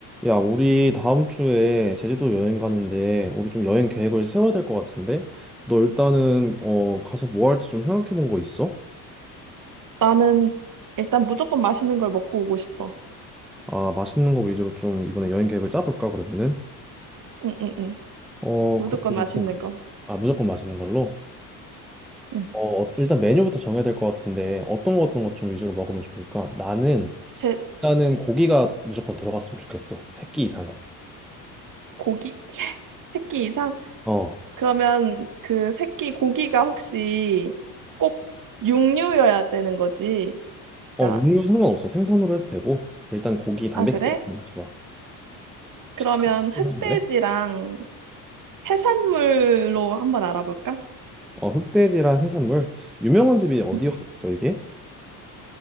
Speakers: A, in the centre; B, on the right.
A: 야, 우리 다음 주에 제주도 여행 가는데 우리 좀 여행 계획을 세워야 될 것 같은데 너 일단은 어 가서 뭐 할지 좀 생각해 본 거 있어?
B: 나는 일단 무조건 맛있는 걸 먹고 오고 싶어.
A: 아 맛있는 거 위주로 좀 이번에 여행 계획을 짜볼까 그러면은
B: 응, 응, 응.
A: 어
B: 무조건
A: 그러면은
B: 맛있는 거.
A: 아 무조건 맛있는 걸로
B: 응.
A: 어 어, 일단 메뉴부터 정해야 될 것 같은데 어떤 거 어떤 것 좀 위주로 먹으면 좋을까? 나는
B: 제
A: 일단은 고기가 무조건 들어갔으면 좋겠어 새끼 이상은
B: 고기? <laughs> 세, 새끼 이상?
A: 어어
B: 그러면 그 새끼 고기가 혹시 꼭 육류여야 되는 거지? 그러니까,
A: 육류 상관없어 생선으로 해도 되고 일단 고기 단백질이
B: 아, 그래?
A: 좋아 식감
B: 그러면 흑돼지랑
A: 좀 해줄래?
B: 해산물로 한번 알아볼까?
A: 어, 흑돼지랑 해산물. 유명한 집이 어디
B: 응.
A: 어디 있어, 이게?